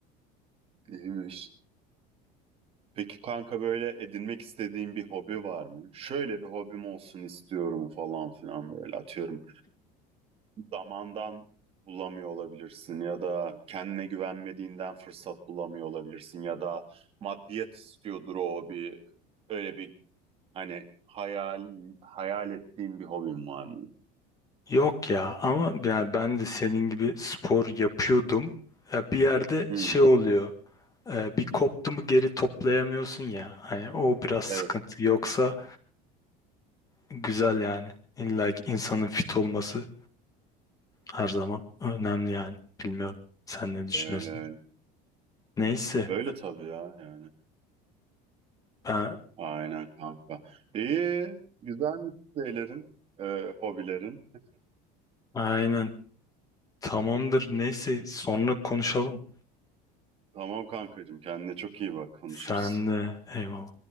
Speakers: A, on the right (about 30°); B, on the left (about 20°).
A: İyiymiş. Peki kanka böyle edinmek istediğin bir hobi var mı? Şöyle bir hobim olsun istiyorum falan filan böyle atıyorum. zamandan bulamıyor olabilirsin ya da kendine güvenmediğinden fırsat bulamıyor olabilirsin ya da maddiyat istiyordur o bir öyle bir hani hayal hayal ettiğin bir hobin var mı?
B: Yok ya ama yani ben de senin gibi spor yapıyordum. Ya bir yerde
A: Hmm,
B: şey oluyor. e, Bir koptu mu geri toplayamıyorsun ya. Hani o biraz sıkıntı.
A: evet
B: Yoksa Güzel yani. İlla ki insanın fit olması her zaman önemli yani. Bilmiyorum. Sen ne düşünüyorsun?
A: öyle öyle.
B: Neyse.
A: Öyle tabii ya yani.
B: Ben
A: Aynen kanka. İyi güzel şeylerin, e, hobilerin.
B: aynen. Tamamdır. Neyse. Sonra konuşalım.
A: Tamam kankacığım kendine çok iyi bak konuşuruz.
B: Sen de. Eyvallah.